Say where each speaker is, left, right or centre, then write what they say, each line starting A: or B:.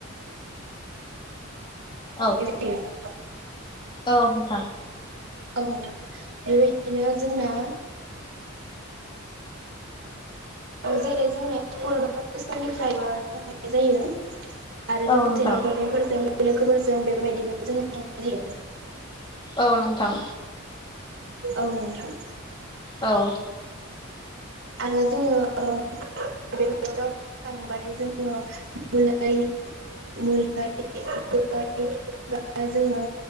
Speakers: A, on the left; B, on the right.
A: औ
B: <unintelligible> <unintelligible>
A: औ नोंथां
B: औ नोंथां बेबायदिनो जोंना जेरै जोंनो स्कुल बा कलेजफोरनिफ्रायबो थांनाय जायो आरो
A: औ
B: लोगोसे
A: नोंथां
B: न'खरनिफोरजों लोगोफोरजों बेबायदिबो जों जायो
A: औ नोंथां
B: औ नोंथां
A: औ
B: आरो जोङो बेाव दावखांबाथाय जोङो मुलाय <unintelligible> मोन बा जोङो